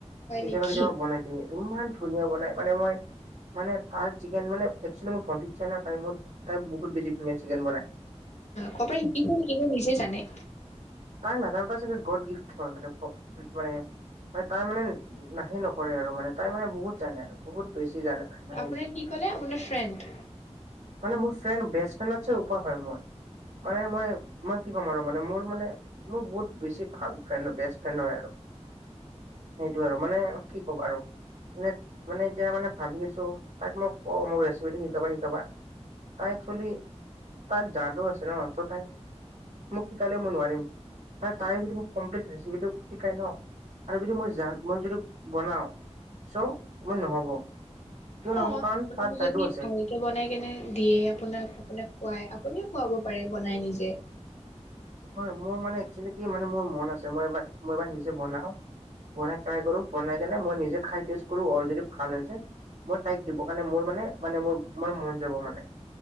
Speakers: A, on the left; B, on the right.
A: হয়
B: কেতিয়াবা
A: নেকি
B: - কেতিয়াবা বনাই দিয়ে। ইমান ধুনীয়া বনায়, মানে মই মানে তাইৰ চিকেন মানে একছুলি মোৰ ভন্তিক চাইনা তাই মত- তাই বহুত বেছি ধুনীয়া চিকেন বনায়।
A: কৰবাৰ শিকিছে নেকি নে নিজে জানে?
B: তাই নাজানো তাই চাগে গড গিফ্ট হয় মানে ভ- মানে মানে তাই মানে হেই নকৰে আৰু মানে, তাই মানে বহুত জানে আৰু বহুত বেছি জানে। তাই মানে
A: আপোনাৰ কি ক'লে, আপোনাৰ ফ্ৰেণ্ড?
B: মানে মোৰ ফ্ৰেণ্ড- বেষ্ট ফ্ৰেণ্ডতছাই ওপৰ হয় মোৰ। মানে মই মই কি ক'ম আৰু মানে মোৰ মানে মোৰ বহুত বেছি ভাল ফ্ৰেণ্ড বেষ্ট ফ্ৰেণ্ড হয় আৰু। সেইটো আৰু, মানে কি ক'ম আৰু। এনে মানে এতিয়া মানে ভাবি আছোঁ। তাইক মই কওঁ মোক ৰেচিপিটো শিকাবা - শিকাবা। তাই একচোৱেলি তাত যাদু আছে <unintelligible> তাই মোক শিকালে মই নোৱাৰিম ম তাই যদি মোক কমপ্লিট ৰেচিপিটো শিকাই ন আৰু যদি মই জান মই যদি বনাও চ মই নহব। কিয় নহ'ব
A: অ
B: কাৰণ
A: আপোনাক
B: তাত যাদু
A: যদি
B: আছে
A: ভালকে বনাই কেনে দিয়ে আপোনাক আপোনাক খুৱাই আপুনিও খুৱাব পাৰে বনাই নিজে।
B: হয় মোৰ মানে একচেলি কি মানে মোৰ মন আছে মইবাৰ মই এইবাৰ নিজে বনাও। বনাই ট্ৰাই কৰো বনাই কেনে মই নিজে খাই টেষ্ট কৰো অল যদি ভাল হৈছে মই তাইক দিব কাৰণে মোৰ মানে মানে মোৰ ম মন যাব মানে।